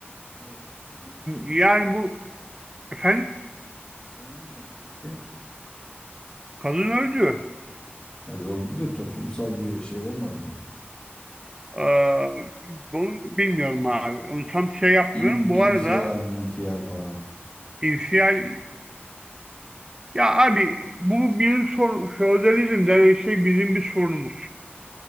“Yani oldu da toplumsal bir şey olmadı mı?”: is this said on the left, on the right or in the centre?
Left